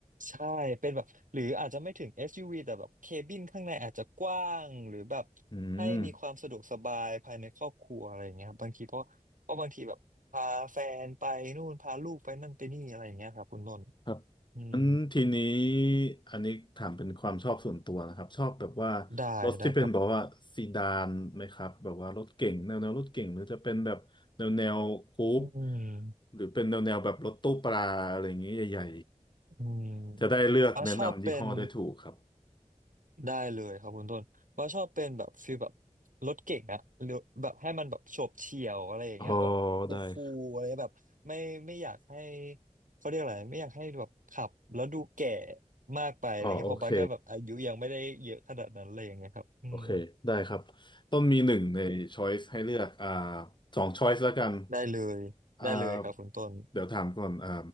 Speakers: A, on the right; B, on the left.
A: ใช่เป็นแบบหรืออาจจะไม่ถึง SUV แต่แบบเคบินข้างในอาจจะกว้างหรือแบบ
B: อืม
A: ให้มีความสะดวกสบายภายในครอบครัวอะไรอย่างเงี้ยครับบางทีเพราะเพราะบางทีแบบพาแฟนไปนู่นพาลูกไปนั่นไปนี่อะไรอย่างเงี้ยครับคุณต้น
B: ครับ
A: อืม
B: งั้นทีนี้อันนี้ถามเป็นความชอบส่วนตัวนะครับชอบแบบว่า
A: ได้ได้ครับ
B: รถที่เป็นแบอกว่าซีดานไหมครับแบบว่ารถเก๋งแนวแนวรถเก๋งหรือจะเป็นแบบแนวแนวคูป
A: อืม
B: หรือเป็นแนวแนวแบบรถตู้ปลาอะไรอย่างเงี้ยใหญ่
A: อืม
B: ๆจะได้เลือกแนะนำยี่ห้อได้ถูกครับ
A: ว่าชอบเป็นได้เลยครับคุณต้นว่าชอบเป็นแบบฟีลแบบรถเก๋งอะหรือแบบให้มันแบบโฉบเฉี่ยวอะไรอย่างเงี้ยแบบคูลๆอะไรแบบไม่ไม่อยากให้
B: อ๋อได้ครับ
A: เขาเรียกอะไรไม่อยากให้แบบขับแล้วดูแก่มากไปอะไรเงี้ยเพราะบัสก็แบบอายุยังไม่ได้เยอะขนาดนั้นอะไรอย่างเงี้ยครับอืม
B: อ๋อโอเค โอเคได้ครับต้นมีหนึ่งในช้อยส์ให้เลือกอ่าสองช้อยส์แล้วกัน
A: ได้เลยได้เลยครับคุณต้น
B: อ่าเดี๋ยวถามก่อนอ่า